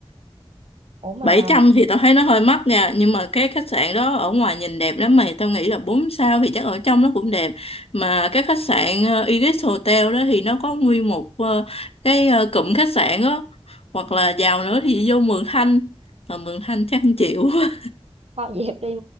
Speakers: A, on the right; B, on the left.
A: ủa mà
B: bảy trăm thì tao thấy nó hơi mắc nha nhưng mà cái khách sạn đó ở ngoài nhìn đẹp lắm mày tao nghĩ là 4 sao thì chắc ở trong nó cũng đẹp mà cái khách sạn ờ, Iris Hotel đó thì nó có nguyên một ờ, cái ờ, cụm khách sạn đó hoặc
A: Ừ.
B: là giàu nữa thì vô Mường Thanh mà Mường Thanh chắc không chịu <laughs>
A: kho <laughs> dẹp đi